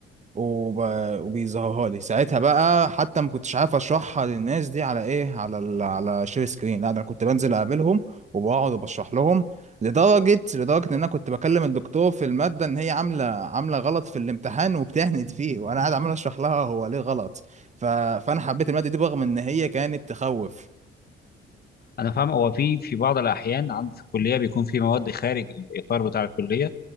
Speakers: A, on the right; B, on the left.
A: وب... وبيظهرها لي ساعتها بقى حتى ما كنتش عارف اشرحها للناس دي على ايه على ال... على شير سكرين لا ده انا كنت بنزل اقابلهم وبقعد وبشرح لهم لدرجة لدرجة ان انا كنت بكلم الدكتور في المادة ان هي عاملة عاملة غلط في الامتحان وبتهند فيه وانا قاعد عمال اشرح لها هو ليه غلط ف... فانا حبيت المادة دي رغم ان هي كانت تخوف
B: انا فاهم هو في في بعض الاحيان عندي في الكليه بيكون في مواد خارج الاطار بتاع الكليه